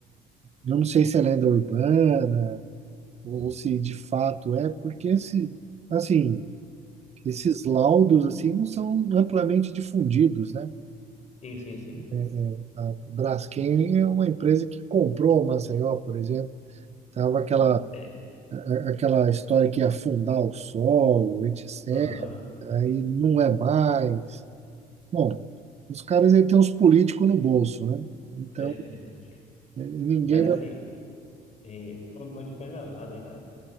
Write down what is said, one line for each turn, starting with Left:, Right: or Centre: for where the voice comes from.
Right: eu não sei se é lenda urbana ou se de fato é, porque esse, assim, esses laudos assim não são amplamente difundidos, né?
Left: Sim, sim, sim.
Right: É, é, A Braskem é uma empresa que comprou o Maceió, por exemplo. Tava aquela,
Left: Isso, é.
Right: a- aquela história que ia afundar o sol, etc.
Left: Uhum.
Right: Aí não é mais. Bom, os caras aí têm os políticos no bolso, né? Então,
Left: É verdade.
Right: eh, ninguém
Left: Mas
Right: vai.
Left: assim, é, tu falou que gosta de pedalar, né, cara?